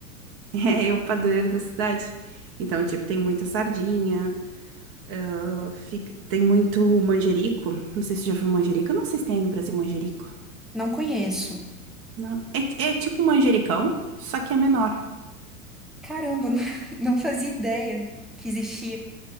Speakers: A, on the right; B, in the centre.
A: <laughs> é o padroeiro da cidade. Então, tipo, tem muita sardinha, ah, fica- tem muito manjerico. Não sei se você já viu manjerico. Eu não sei se tem aí no Brasil manjerico.
B: Não conheço.
A: Não. É, é tipo um manjericão, só que é menor.
B: Caramba, <laughs> não fazia ideia que existia